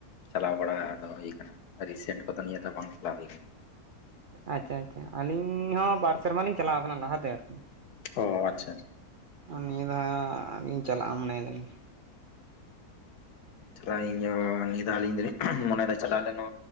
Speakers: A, on the left (about 80°); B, on the right (about 80°).
A: ᱪᱟᱞᱟᱣ ᱵᱟᱲᱟ ᱫᱚ ᱦᱩᱭ ᱟᱠᱟᱱᱟ ᱨᱤᱥᱮᱱᱴ ᱠᱚᱫᱚ ᱱᱤᱭᱟᱹ ᱫᱷᱟᱣ ᱵᱟᱝ ᱪᱟᱞᱟᱣ ᱦᱩᱭ ᱟᱠᱟᱱᱟ
B: ᱟᱪᱪᱷᱟ ᱟᱪᱪᱷᱟ ᱟᱹᱞᱤᱧ ᱦᱚᱸ ᱵᱟᱨ ᱥᱮᱨᱢᱟ ᱞᱤᱧ ᱪᱟᱞᱟᱣ ᱠᱟᱱᱟ ᱞᱟᱦᱟᱛᱮ ᱟᱨᱠᱤ
A: ᱚ ᱟᱪᱪᱷᱟ ᱟᱪᱪᱷᱟ
B: ᱱᱤᱭᱟᱹ ᱫᱷᱟᱣ ᱟᱸᱜ ᱞᱤᱧ ᱪᱟᱞᱟᱜᱼᱟ ᱢᱚᱱᱮ ᱫᱟᱞᱤᱧ
A: ᱦᱟᱸ ᱪᱟᱞᱟᱜ ᱤᱧ ᱱᱤᱭᱟᱹ ᱫᱷᱟᱣ ᱟᱞᱤᱧ ᱫᱚ ᱞᱤᱧ ᱢᱚᱱᱮ ᱫᱟ ᱪᱟᱞᱟᱜ ᱟ ᱱᱚ